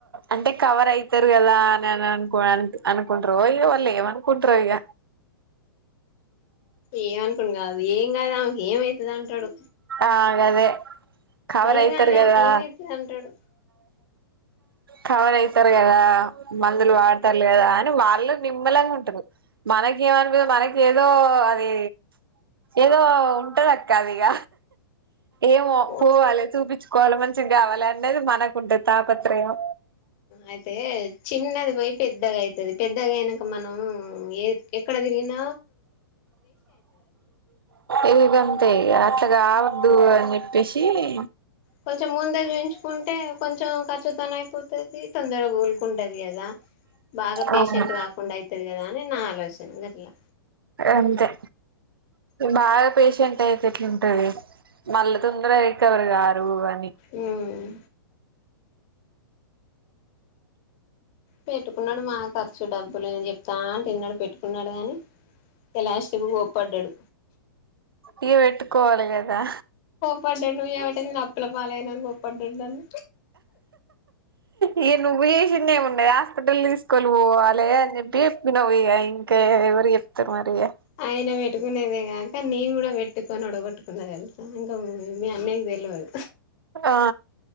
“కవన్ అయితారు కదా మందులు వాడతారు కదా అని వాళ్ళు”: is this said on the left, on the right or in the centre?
Right